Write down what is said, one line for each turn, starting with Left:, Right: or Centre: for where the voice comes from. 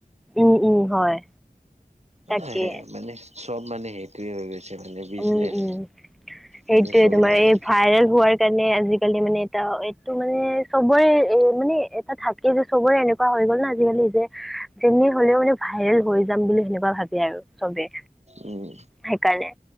Centre: উম, উম, হয়। তাকে
Right: সেই মানে চব মানে সেইটোৱে হৈ ছে মানে বিজনেচ
Centre: উম উম সেইটোয়ে
Right: মানে চবেই
Centre: তোমাৰ
Right: মানে
Centre: এই ভাইৰেল হোৱাৰ কাৰণে আজিকালি মানে এটা এইটো মানে চবৰে এ মানে এটা থাক এই যে চবৰে এনেকুৱা হৈ গ'ল ন আজিকালি যে যোনে হলেও মানে ভাইৰেল হৈ যাম বুলি সেনেকুৱা ভাবে আৰু। চবে
Right: উম
Centre: সেইকাৰণে।